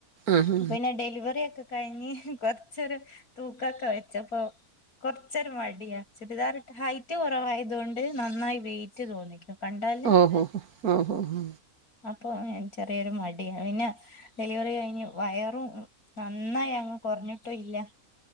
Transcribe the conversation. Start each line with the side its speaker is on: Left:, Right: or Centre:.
Right: ആഹാ.
Left: അപ്പ പിന്നെ ഡെലിവറി ഒക്കെ കഴിഞ്ഞ് കൊറച്ചൊരു തൂക്കൊക്കെ വെച്ചപ്പോ കൊറച്ചൊരു മടിയാ ചുരിദാറിട്ട് ഹൈറ്റ് കുറവായത് കൊണ്ട് നന്നായി വെയിറ്റ് തോന്നിക്കും. കണ്ടാല്
Right: ഓ ഹോ ഹോ ഓ ഹോ ഹോ.
Left: അപ്പൊ ചെറിയൊരു മടിയാ പിന്നെ ഡെലിവറി കഴിഞ്ഞ് വയറും നന്നായി അങ്ങ് കൊറഞ്ഞിട്ടും ഇല്ല.